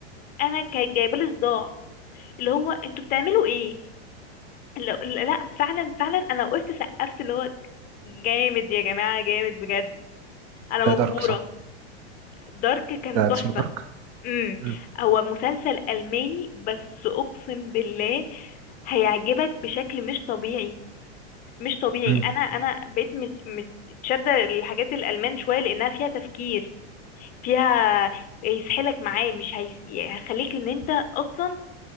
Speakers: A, on the left; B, on the right.
A: انا كانت جايبه لي صداع اللي هو انتوا بتعملوا ايه لا لا، فعلا فعلا انا وقفت سقفت اللي هو جامد يا جماعة جامد بجد انا
B: ده
A: مبهورة
B: دارك صح
A: دارك كان
B: ده
A: تحفة
B: اسمه دارك
A: امم
B: مم،
A: هو مسلسل ألماني بس اقسم بالله هيعجبك بشكل مش طبيعي مش طبيعي
B: مم،
A: انا انا بقيت مت- متشده الحاجات الالمان شويه لانها فيها تفكير فيها يسحلك معاه مش هيس... هيخليك ان انت اصلا